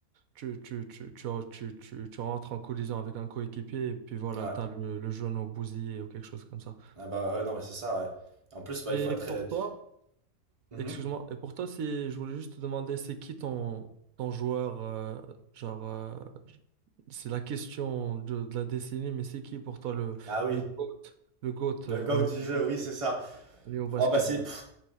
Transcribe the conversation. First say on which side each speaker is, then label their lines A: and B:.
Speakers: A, on the right (about 65°); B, on the right (about 20°).
A: Tu, tu, tu, tu, tu, tu, tu rentres en collision avec un coéquipier et puis voilà,
B: Ouais.
A: t'as le, le genou bousillé ou quelque chose comme ça.
B: Ah bah ouais, non mais c'est ça. Ouais. En plus bah
A: Et
B: il faut être très.
A: pour toi,
B: Mhm.
A: Excuse-moi, et pour toi, c'est, je voulais juste te demander, c'est qui ton, ton joueur, euh, genre, euh, c'est la question de, de la décennie, mais c'est qui pour toi le,
B: Ah oui.
A: le GOAT, le GOAT
B: Le
A: euh,
B: go
A: au niveau
B: du jeu,
A: basket,
B: oui c'est ça.
A: au niveau basketball?
B: Oh, bah c'est